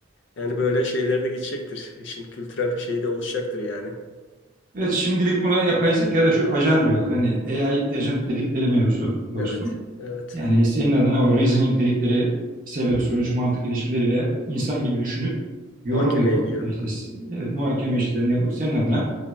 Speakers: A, on the left (about 55°); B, on the right (about 40°).
A: Yani böyle şeyler de geçecektir. İşin kültürel bir şeyi de oluşacaktır yani.
B: Evet şimdilik buna yapay zekada şu ajan diyorlar. Hani AI agent dedikleri mevzu dostum.
A: Evet. Evet.
B: Yani senin adına o reasoning dedikleri sebep sonuç mantık ilişkileriyle insan gibi düşünüp yorum
A: Muhakeme
B: yapıp
A: ediyor.
B: işte s- evet muhakeme işlerini yapıp senin adına